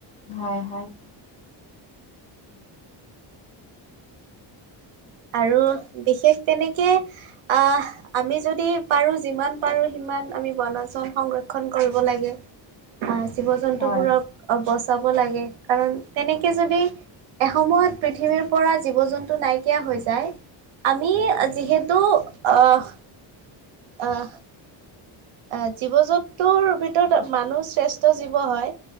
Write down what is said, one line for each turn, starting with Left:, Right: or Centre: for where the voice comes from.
Left: হয়। হয়।
Right: আৰু বিশেষ তেনেকে, আহ আমি যদি পাৰো, যিমান পাৰো সিমান আমি বনাঞ্চল সংৰক্ষন কৰিব লাগে। অহ। জীৱ-জন্তুবোৰক
Left: হয়
Right: অ বচাব লাগে। কাৰণ তেনেকে যদি এসময়ত পৃথিৱীৰ পৰা জীৱ -জন্তু নাই - কিয়া হৈ যায়। আমি যিহেতু অহ অহ। আহ জীৱ -জন্তৰ ভিতৰত মানুহ শ্ৰেষ্ঠ জীৱ হয়।